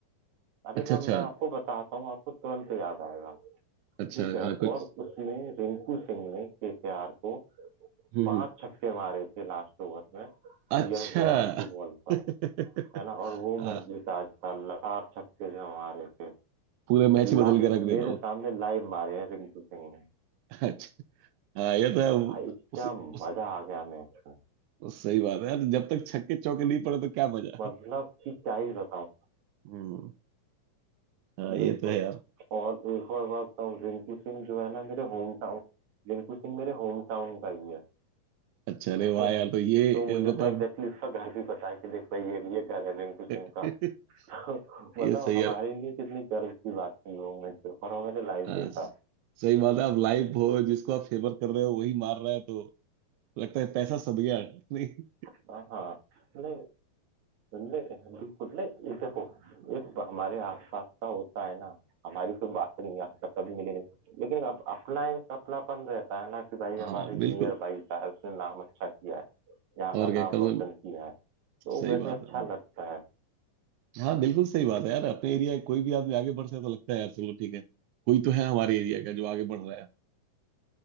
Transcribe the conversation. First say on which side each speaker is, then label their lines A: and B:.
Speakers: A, on the right; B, on the right.
A: अरे
B: अच्छा
A: मैम
B: अच्छा
A: मैं आपको बताता हूँ आपको तुरंत याद आएगा ठीक
B: अच्छा
A: है
B: हाँ कुछ
A: और उसमें रिंकू सिंह ने केकेआर को
B: हम्म
A: पांच
B: हम्म।
A: छक्के मारे थे लास्ट ओवर में
B: अच्छा
A: यश दयाल की बॉल पर
B: <laughs>
A: है ना और वो
B: हाँ,
A: मैच जीता था लगातार छक्के जो मारे थे
B: पूरे मैच ही
A: लाइव
B: बदल के रख
A: मेरे
B: देता हूँ
A: सामने लाइव मारे हैं रिंकू सिंह ने
B: अच्छा हाँ ये तो है वो-
A: भाई क्या
B: उस, उस,
A: मजा आ गया मैच में
B: उस सही बात है यार जब तक छक्के चौके नहीं पड़े तो क्या मजा
A: मतलब कि क्या ही बताऊं
B: हम्म हाँ ये
A: बिल्कुल
B: तो है यार
A: और एक और बात बताऊं रिंकू सिंह जो है ना मेरे होम टाउन रिंकू सिंह मेरे होम टाउन का ही
B: अच्छा अरे
A: है
B: वाह यार तो ये
A: तो मुझे
B: मतलब
A: तो एग्जैक्टली exactly उसका घर भी पता है कि देख भाई ये ये घर है रिंकू सिंह
B: <laughs>
A: का <laughs> तो मतलब
B: ये सही
A: हमारे
B: है
A: लिए कितनी गर्व की बात थी वो मोमेंट पे और वो मैंने लाइव
B: हाँ,
A: देखा
B: सही बात है आप लाइव हो जिसको आप फेवर कर रहे हो वही मार रहा है तो लगता है पैसा सद गया <laughs> नहीं
A: हाँ हाँ, नहीं नहीं बिल्कुल नहीं ये देखो एक हमारे आसपास का होता है ना हमारी कोई बात नहीं आज तक कभी मिली नहीं लेकिन अब अपना एक अपनापन रहता है ना कि भाई
B: हाँ
A: हमारे
B: बिल्कुल
A: नियर बाई था उसने नाम अच्छा किया है यहाँ
B: और
A: का
B: क्या
A: नाम
B: कम
A: रोशन
B: से कम
A: किया है तो
B: सही
A: वैसे
B: बात
A: अच्छा
B: है
A: लगता है
B: हाँ बिल्कुल सही बात है यार अपने एरिया कोई भी आदमी आगे बढ़ता है तो लगता है यार चलो ठीक है कोई तो है हमारे एरिया का जो आगे बढ़ रहा है